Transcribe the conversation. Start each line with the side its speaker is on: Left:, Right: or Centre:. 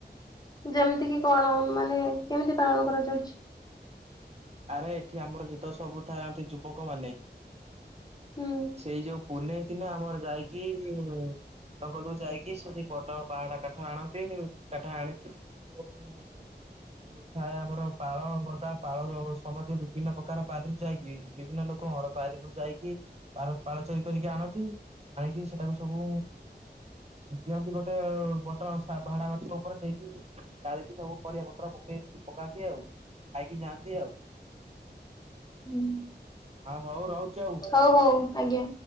Left: ଯେମିତି କି କଣ ମାନେ କେମିତି ପାଳନ କରାଯାଉଛି?
Right: ଆରେ ଏଠି ଆମର ଯେତେ ସବୁ ଥାଆନ୍ତି ଯୁବକ ମାନେ।
Left: ହୁଁ।
Right: ସେଇ ଯୋଉ ପୁନେଇ ଦିନ ଆମର ଯାଇକି ଇ ଲଙ୍ଗଲକୁ ଯାଇକି ସେଠି ବଡ ବାହାଟା କାଠ ଆଣନ୍ତି କାଠ ଆଣିକି ଯୋଉ ଥାଏ ଆମର ପାଳ ଗଦା ପାଳର ଅବସ୍ ସମସ୍ତ ବିଭିନ୍ନ ପ୍ରକାର ବାହାରରୁ ଯାଇକି ବିଭିନ୍ନ ଲୋକଙ୍କର ବାରିରୁ ଯାଇକି ାର ପାଳ ଚୋରି କରିକି ଆଣଛି ଆଣିକି ସେଟାକୁ ସବୁ ଦିଅନ୍ତି ଗୋଟେ ବଡ ବାହାଡା ଗଛ ଉପରେ ନେଇକି ଜାଳିକି ଯବୁ ପର ପ୍ର ପକାନ୍ତି ଆଉ ଖାଇକି ଯାଆନ୍ତି ଆଉ।
Left: ହୁଁ
Right: ଆ ହଉ ରହୁଛି ଆଉ।
Left: ହଉ ହଉ ଆଜ୍ଞା।